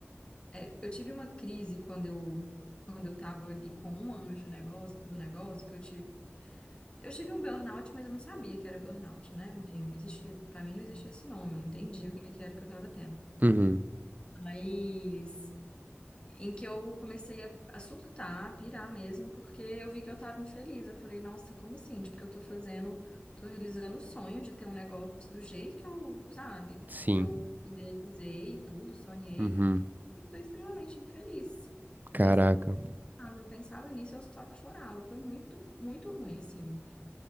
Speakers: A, on the left; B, on the right.
A: é, eu tive uma crise quando eu, quando eu estava ali com um ano de negócio, do negócio, que eu tive, eu tive um burnout, mas eu não sabia que era burnout, né? Enfim, não existia, para mim não existia esse nome, eu não entendi o que que era que eu estava tendo.
B: Uhum.
A: Mas em que eu comecei a, a surtar, a pirar mesmo, porque eu vi que eu tava infeliz. Eu falei, nossa, como assim? Tipo, que eu tô fazendo, tô realizando o sonho de ter um negócio do jeito que eu, sabe,
B: Sim.
A: que eu idealizei e tudo, sonhei,
B: Uhum.
A: e eu tô extremamente infeliz. E
B: Caraca.
A: assim, sabe, eu pensava nisso, eu só chorava. Foi muito, muito ruim, assim.